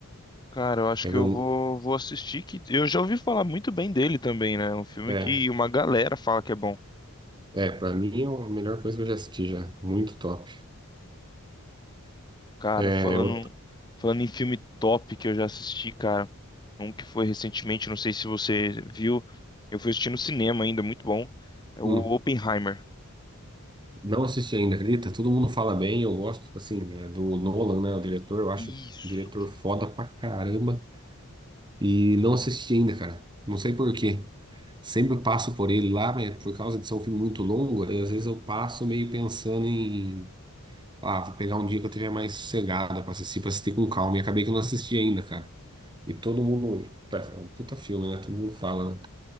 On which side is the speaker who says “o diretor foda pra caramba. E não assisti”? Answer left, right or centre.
Right